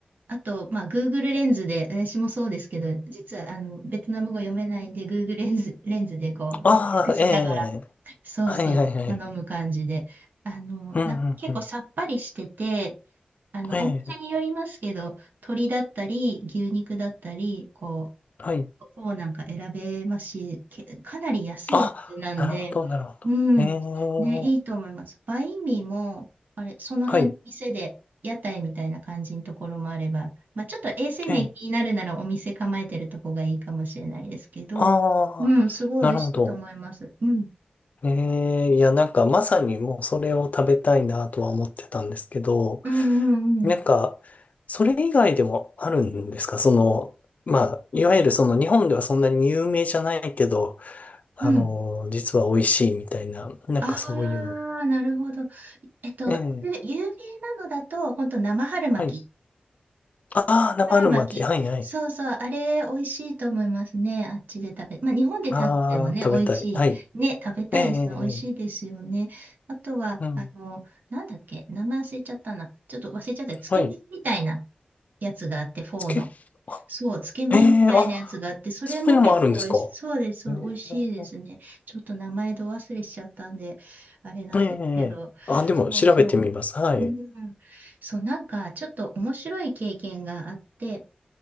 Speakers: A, on the right; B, on the left.
A: あと、まあ、Google レンズで、私もそうですけど、実はあのベトナム語読めないんで、Google レンズ、レンズでこう翻訳しながら、
B: ああ、ええ
A: そうそう、
B: はい、はい、はい。
A: 頼む感じで、あのなんか結構さっぱりしてて、
B: うん、うん、うん。
A: あのお店によりますけど、
B: ええ
A: 鶏だったり、牛肉だったり、こ
B: はい。
A: をなんか選べますし、け、かなり安いやつなんで、
B: あ、なるほど、なるほど。
A: うん、
B: ええ
A: ね、いいと思います。バインミーも、あれ、その辺、
B: はい、
A: 店で、屋台みたいな感じのところもあれば、まあ、ちょっと衛生面気になるならお店構えてるとこがいいかもしれないですけど、
B: ええああ、
A: うん、すごい美味しいと思います。
B: なるほど。
A: うん、
B: ええ、いや、なんかまさにもうそれを食べたいなとは思ってたんですけど、
A: うん、うん、うん。
B: なんか、それ以外でもあるんですかその、まあ、いわゆるその日本ではそんなに有名じゃないけど、あの、
A: うん。
B: 実は美味しいみたいな、なんかそういうの。
A: ああ、なるほど。えっと、
B: ええ、
A: ゆ有名なのだと、本当生春巻き
B: はい。ああ、生春巻き。
A: 春巻き。
B: はいはい。
A: そうそう、あれ、美味しいと思いますね。あっちで食べ、まあ、日本で食べてもね、
B: ああ、食べたい。
A: 美味しい。
B: はい。
A: ね、食べたいですね。
B: ええ、ええええ
A: 美味しいですよね。あとは、
B: うん。
A: あの、なんだっけ、名前忘れちゃったな。ちょっと忘れちゃった。つけ麺みたいな
B: はい。
A: やつがあって、フォーの。
B: つけ、あ、
A: そう、つけ麺みたいなやつがあって、
B: ええ、あ、
A: それも結構美味し、
B: そういうのもあるんですか
A: そうです。そう美味しいですね。
B: ええ
A: ちょっと名前ど忘れしちゃったんで、あれなんですけど。
B: ええ、ええあ、でも調べてみます。
A: そうそ
B: はい。
A: う。うん。そう、なんか、ちょっと面白い経験があって、